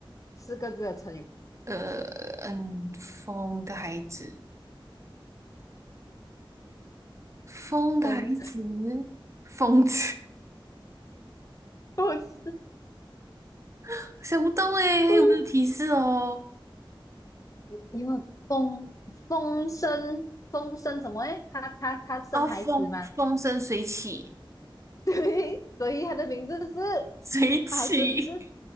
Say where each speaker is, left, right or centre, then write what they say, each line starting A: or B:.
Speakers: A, on the left; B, on the right.
A: 四个字的成语，
B: 呃，嗯，疯的孩子，疯的孩子，
A: 风
B: 疯子，
A: 不是
B: <laughs> 想不到诶，还有没有提示哦？
A: 不是。因为风风生风生什么诶，他他他生孩子嘛，
B: 啊，风风生水起，
A: <laughs> 对，所以他的名字是，
B: 水起，
A: 他孩子的名字是，